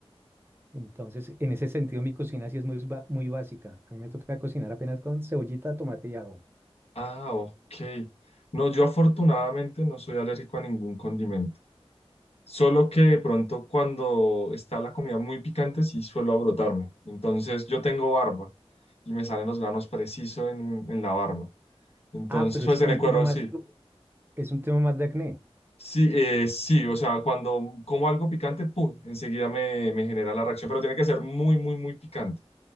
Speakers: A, on the right; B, on the left.
A: Entonces, en ese sentido, mi cocina sí es muy, ba- muy básica. A mí me toca cocinar apenas con cebollita, tomate y ajo.
B: Ah, ok. No, yo afortunadamente no soy alérgico a ningún condimento. Solo que de pronto cuando está la comida muy picante sí suelo abrotarme. Entonces yo tengo barba y me salen los granos preciso en, en la barba. Entonces
A: Ah, pero
B: pues
A: es como
B: en el
A: un
B: cuero
A: tema más,
B: sí.
A: es un tema más de acné.
B: Sí, eh, sí, o sea, cuando como algo picante, ¡pum! enseguida me, me genera la reacción, pero tiene que ser muy, muy, muy picante